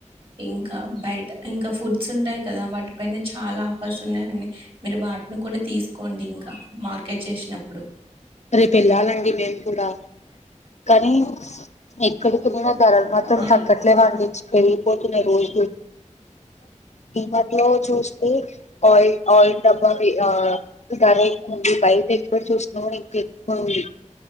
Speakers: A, on the right; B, on the left.
A: ఇంకా బయట ఇంకా ఫుడ్స్ ఉంటాయి కదా వాటిపైనే చాలా ఆఫర్స్ ఉన్నాయియండి మీరు వాటిని కూడా తీసుకు అకండింగ్గా మార్కెట్ చేసినప్పుడు
B: రేపు వెళ్ళాలండి మీరు లా కానీ ఎక్కడి తరిగిన ధరలు మాత్రం
A: ఆ
B: తగ్గట్లేగా అండించి పెళ్గిపోతున్నాయి రోజు ఈ మధ్యలో చూస్తే ఆయిల్ ఆయిల్ డబ్బా ఆ ధర ఎక్కువంది పైప్ ఎక్కువ చూసినం ఎక్కువంది